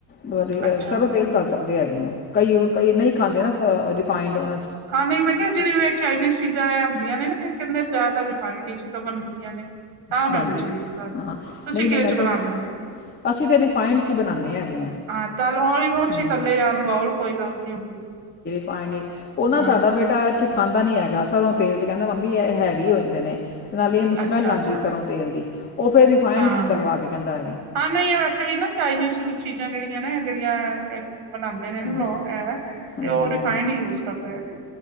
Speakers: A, on the left (about 25°); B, on the right (about 75°).
A: ਬ
B: ਅੱਛਾ
A: ਸਰੋਂ ਤੇਲ ਤਲ ਸਕਦੇ ਹੈਗੇ ਉਹ। ਕਈ ਕਈ ਨਹੀਂ ਖਾਂਦੇ ਨਾ ਰਿਫਾਈੰਡ ਉਹ।
B: ਹਾਂ ਨਹੀਂ, ਮੈਂ ਕਿਹਾ ਜਿਹੜੀਆਂ ਚਾਈਨੀਜ਼ ਚੀਜ਼ਾਂ ਇਹ ਹੁੰਦੀਆਂ ਨੇ ਨਾ ਇਹ ਕਿੰਨੇ ਜ਼ਿਆਦਾ ਵੀ ਪਾਣੀ ਡੀਚਿਕ ਬਣ ਹੁੰਦੀਆਂ ਨੇ। ਤਾਂ ਮੈਂ
A: ਬਣਦੀ
B: ਪੁੱਛਣੀ ਸੀ ਤੁਹਾਨੂੰ।
A: ਹਾਂ
B: ਤੁਸੀਂ
A: ਨਹੀਂ
B: ਕੀਦੇ
A: ਨਹੀਂ ਮੈਂ
B: 'ਚ'
A: ਕਹਿ
B: ਬਣਾ ਲੈਂਦੇ ਹੋ?
A: ਅਸੀਂ ਤਾਂ ਰਿਫਾਇੰਡ 'ਚ ਹੀ ਬਣਾਉਂਦੇ ਹੈਗੇ
B: ਹਾਂ, ਚੱਲ ਵੀ ੜ 'ਚ'
A: ਹਾਂਜੀ
B: ਥੱਲੇ ਜਾਣ ਬੋਲ ਕੋਈ ਗੱਲ ਨੀ ਹਾਂ।
A: ਪਾਣਡ ਉਹ ਨਾ
B: ਹਾਂ
A: ਸਾਡਾ ਬੇਟਾ ਇਹ 'ਚ' ਖਾਂਦਾ ਨੀ ਹੈਗਾ ਸਰੋਂ ਤੇਲ 'ਚ' ਕਹਿੰਦਾ ਮੰਮੀ ਇਹ ਹੈਵੀ ਹੋ ਜਾਂਦੇ ਨੇ। ਅਤੇ ਨਾਲ ਇਹਨੂੰ ਸਮੈੱਲ
B: ਅੱਛਾ-ਅੱਛਾ
A: ਆਦੀ ਏ ਸਰੋਂ ਤੇਲ ਦੀ। ਉਹ ਫਿਰ ਰਿਫਾਇੰਡ
B: ਹਾਂ।
A: ਤਾਲਵਾ ਕੇ ਕਹਿੰਦਾ ਆ।
B: ਹਾਂ, ਨਹੀਂ ਵੈਸੇ ਵੀ ਨਾ ਚਾਈਨੀਜ਼ ਚੀਜ਼ਾਂ ਜਿਹੜੀਆਂ ਨੇ ਜਿਹੜੀਆਂ ਬਨਾਂਦੇ ਏ
A: ਹਾਂਜੀ
B: ਲੌਅ ਐ ਤੇ
A: ਹਾਂਜੀ
B: ਉਅ ਰਿਫਾਇਡ
A: ਹਾਂਜੀ
B: ਈ ਯੂਸ ਕਰਦੇ ਹੈਗੇ